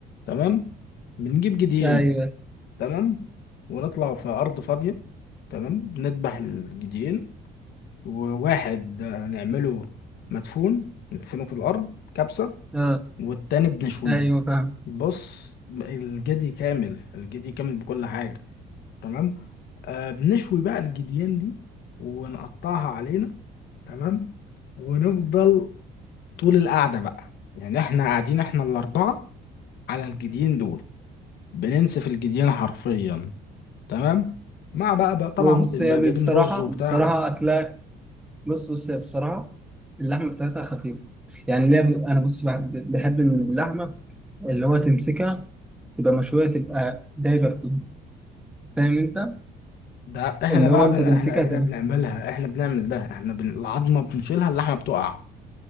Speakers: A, on the left; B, in the centre.
A: تمام بنجيب جديين
B: أيوه
A: تمام ونطلع في ارض فاضيه تمام نذبح الجديين وواحد آه، نعمله مدفون ندفنه في الأرض كبسة
B: آه.
A: والتاني بنشويه
B: أيوه فاهم
A: بص الجدي كامل الجدي كامل بكل حاجة تمام آه بنشوي بقى الجديان دي ونقطعها علينا تمام ونفضل طول القعدة بقى يعني احنا قاعدين احنا الأربعة على الجديين دول بننسف الجديان حرفيا تمام مع بقى, بقى طبعا
B: هو بص
A: بنبقى
B: هي
A: جايبين
B: بصراحة
A: رز وبتاع
B: بصراحة أكلها بص بص هي بصراحة اللحمة بتاعتها خفيفة يعني اللي هي ب- أنا بص بح- بحب من اللحمة اللي هو تمسكها تبقى مشوية تبقى دايبة فيها فاهم أنت؟
A: ده احنا
B: اللي
A: بقى
B: هو أنت
A: بن...
B: تمسكها
A: احنا احنا
B: تبقى
A: بنعملها احنا بنعمل ده احنا بن... العظمه بنشيلها اللحمه بتقع